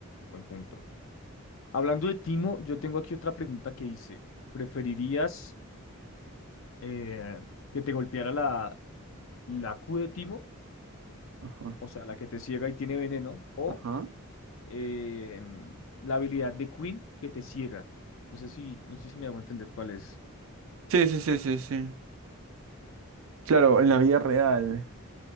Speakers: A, on the left; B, on the right.
A: buen punto. Hablando de Timo, yo tengo aquí otra pregunta que hice. ¿Preferirías eh, que te golpeara la, la Q de Timo,
B: Ajá.
A: o sea, la que te ciega y tiene veneno, o
B: Ajá.
A: eh, la habilidad de Queen que te ciega. No sé si, no sé si me hago entender cuál es
B: Sí, sí, sí, sí, sí. Claro, en la vida real.